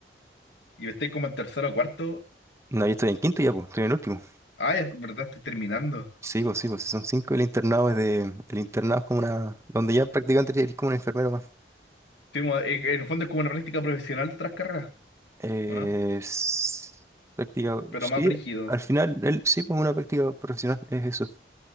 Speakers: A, on the left (about 80°); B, on the right (about 15°).
A: Y estoy como en tercero o cuarto.
B: No, yo estoy en quinto ya, pues, estoy en el último.
A: Ah, es verdad, estoy terminando.
B: Sí, pues sí, pues si son cinco, el internado es de... El internado es como una... Donde ya prácticamente eres como un enfermero más.
A: Sí, mo- en en el fondo es como una práctica profesional de otras carreras,
B: Eh,
A: ¿o no?
B: s- práctica...
A: Pero
B: Sí,
A: más brígido.
B: al final, él, sí, pues una práctica profesional es eso.